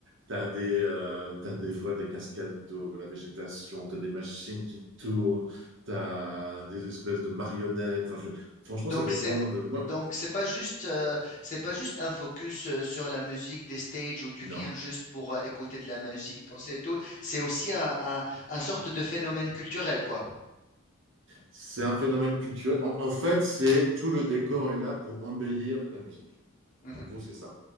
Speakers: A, on the right (about 60°); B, on the left (about 35°).
A: T'as des, euh, t'as des fois des cascades d'eau, la végétation, t'as des machines qui tournent, t'as des espèces de marionnettes. Enfin, je- Franchement,
B: Donc
A: ça dépend
B: c'est
A: de... Moi,
B: donc c'est pas juste euh, c'est pas juste un focus euh, sur la musique des stages où tu
A: non.
B: viens juste pour euh, écouter de la musique, danser et tout. C'est aussi un, un, un sorte de phénomène culturel, quoi.
A: C'est un phénomène culturel. En, en fait, c'est tout le décor est là pour embellir la musique.
B: Mhm,
A: En gros, c'est ça.